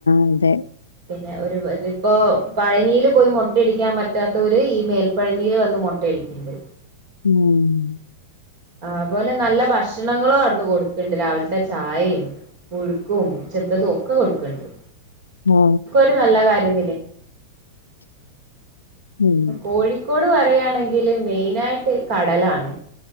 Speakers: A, on the left; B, on the right.
A: അതെ
B: പിന്നെ ഒരു ഇതിപ്പോ പഴനിയിൽ പോയി മുട്ടടിക്കാൻ പറ്റാത്ത ഒരു ഈ മേൽപ്പഴനിയിൽ വന്ന് മു ട്ടടിക്കണ്ട്.
A: മ്മ്
B: ആപോലെ നല്ല ഭക്ഷണങ്ങളും അവിന്ന് കൊടുക്കണ്ട് രാവിലത്തെ ചായയും പുഴുക്കും ഉച്ചത്തതും ഒക്കെ കൊടുക്കണ്ട്.
A: മ്മ്
B: ത്ന്നല്ല കാര്യം
A: ഉം
B: കോഴിക്കോട് പറണെങ്ക ൽ മെയിനായിട്ടു കടലാണ്.